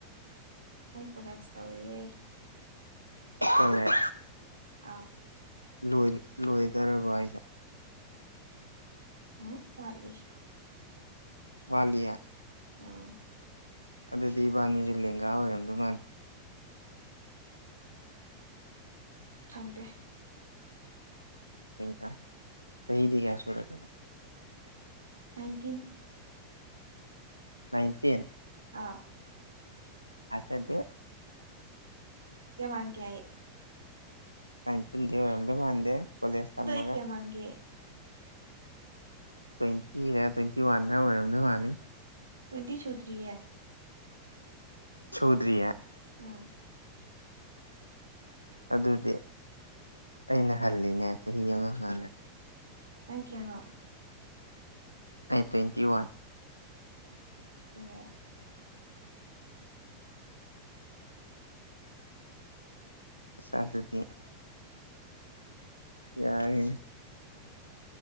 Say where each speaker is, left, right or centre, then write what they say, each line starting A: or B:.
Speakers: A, on the right; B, on the left.
A: ꯑꯩ ꯀꯣꯂꯦꯁ ꯇꯧꯔꯤꯌꯦ
B: ꯀꯣꯂꯦꯖ
A: ꯑꯥꯎ
B: ꯂꯣꯏ ꯂꯣꯏꯗꯧꯔꯕꯣ ꯍꯥꯏꯁꯦ
A: ꯎꯝ ꯋꯥꯠꯂꯤ
B: ꯋꯥꯂꯤꯌꯥ
A: ꯑ
B: ꯑꯗꯨꯗꯤ ꯏꯕꯥꯅꯤꯁꯦ ꯂꯦꯡꯒꯥ ꯑꯣꯏꯔꯝꯗꯣꯏ ꯃꯥꯜꯂꯦ
A: ꯈꯪꯗꯦ
B: ꯀ ꯆꯍꯤꯍꯤꯗꯤꯒ ꯁꯨꯔꯂ
A: ꯅꯥꯏꯟꯇꯤꯟ
B: ꯅꯥꯏꯟꯇꯤꯟ
A: ꯑꯥ
B: ꯊꯖꯗꯦ
A: ꯀꯃꯥꯡꯒꯦꯏ
B: ꯅꯥꯏꯜꯇꯤꯜ ꯗꯤ ꯑꯣꯏꯔꯝꯗꯧ ꯃꯥꯟꯗꯦ ꯀꯣꯂꯦꯖ ꯇꯝꯃꯒ
A: ꯑꯗꯣ ꯑꯩ ꯀꯌꯥ ꯃꯥꯜꯒꯦ
B: ꯇ꯭ꯋꯦꯟꯇꯤꯔ ꯇ꯭ꯋꯦꯟꯇꯤ ꯋꯥꯟꯔ ꯑꯣꯏꯔꯝꯗꯧ ꯃꯥꯜꯂꯤ
A: ꯇꯨ꯭ꯌꯜꯇꯤ ꯁꯨꯗ꯭ꯔꯤꯌꯦ
B: ꯁꯨꯗ꯭ꯔꯤꯌꯦ
A: ꯎꯝ
B: ꯑꯗꯨꯗꯤ ꯑꯩꯅ ꯍꯜꯂꯤꯅꯦ ꯆꯍꯤ ꯑꯃ ꯈ
A: ꯅꯪ ꯀꯌꯥꯅꯣ
B: ꯑꯩ ꯇ꯭ꯋꯦꯟꯇꯤ ꯋꯥꯟ
A: ꯑꯣ
B: ꯁꯥꯗꯗꯤ
A: <unintelligible>
B: ꯌꯥꯔꯅꯦ